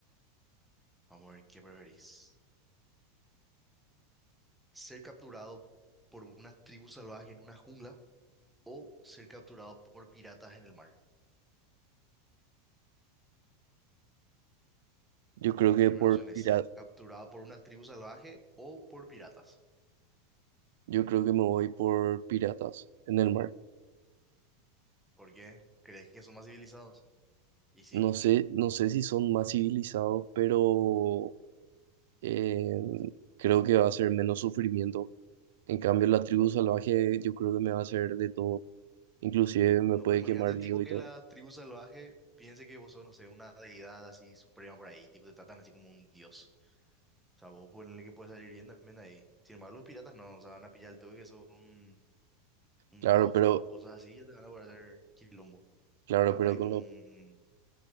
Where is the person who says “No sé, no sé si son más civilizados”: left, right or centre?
Right